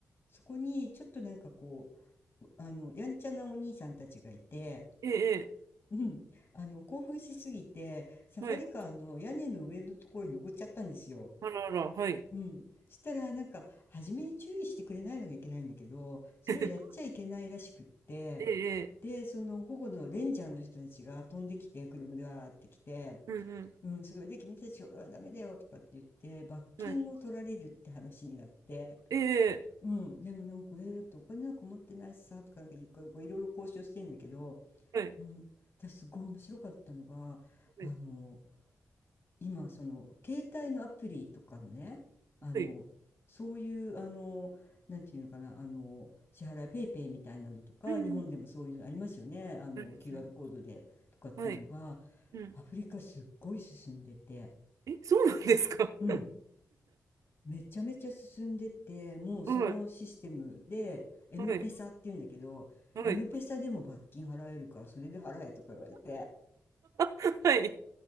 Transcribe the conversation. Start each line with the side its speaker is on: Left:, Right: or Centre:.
Left: そこにちょっとなんかこう、あの、やんちゃなお兄さんたちがいて、
Right: ええ
Left: うん、あの、興奮しすぎて、サファリカーの屋根の上のところに登っちゃったんですよ。
Right: ええはい。あらあら、はい。
Left: うん。したら、なんか、初めに注意してくれないのがいけないんだけど、それをやっちゃいけないらしくって、
Right: <laughs> ええええ
Left: で、その保護のレンジャーの人たちが飛んできて、車でわーって来て、
Right: うん
Left: うん、それで君たちはダメだよとかって言って、罰金を取られるって話になって、
Right: うん。はい。えええ
Left: うん、でもなんか、えーだってお金なんか持ってないしさとか、なんかいこういろいろ交渉してんだけど、
Right: えはい。
Left: うん、私すごい面白かったのがあの
Right: はい。
Left: 今その携帯のアプリとかのねあのそういうあのなんていうのかなあの支払いペイペイみたいなのとか日本でもそういうのありますよねあの
Right: はい。うんうん。ありがとうございま
Left: QR コードでとかっていうのが
Right: す。はい。うん。
Left: アフリカすっごい進んでて
Right: え、そうなんですか <laughs>
Left: うんめちゃめちゃ進んでてもうそのシステムでエムペサっていうんだけどエムペサでも罰金払えるからそれで払えとか言われて。
Right: はい。はい。はい。<laughs> はい。